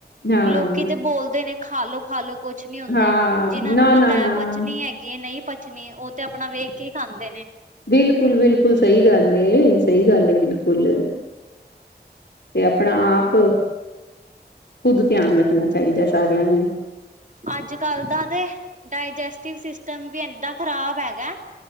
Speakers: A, on the left; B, on the right.
A: ਹਾਂ।
B: ਲੋਕੀ ਤੇ ਬੋਲਦੇ ਨੇ ਖਾ ਲੋੋ ਖਾ ਲੋ। ਕੁੱਛ ਨੀ ਹੁੰਦਾ।
A: ਹਾਂ
B: ਜਿਨਾਂ
A: ਨਾ
B: ਨੂੰ
A: ਨਾ
B: ਪਤਾ
A: ਨਾ
B: ਐ ਪਚਨੀ ਹੈਗੀ ਏ ਨਈ ਪੱਚਨੀ। ਓ ਤੇ ਅਪਣਾ ਵੇਖ ਕੇ ਈ ਖਾਂਦੇ ਨੇ
A: ਬਿਲਕੁਲ -ਬਿਲਕੁਲ ਸਈ ਗੱਲ ਏ ਸਈ ਗੱਲ ਏ ਬਿਲਕੁਲ। ਤੇ ਅਪਣਾ ਆਪ ਖ਼ੁਦ ਧੇਆਨ ਰੱਖਣਾ ਚਾਈਦਾ ਸਾਰੇਆਂ ਨੂੰਈ।
B: ਅੱਜ-ਕੱਲ ਦਾ ਤੇ ਡਾਇਜੈਸਟਿਵ ਸਿਸਟਮ ਵੀ ਏਡਾ ਖ਼ਰਾਬ ਹੈਗਾ ਐ।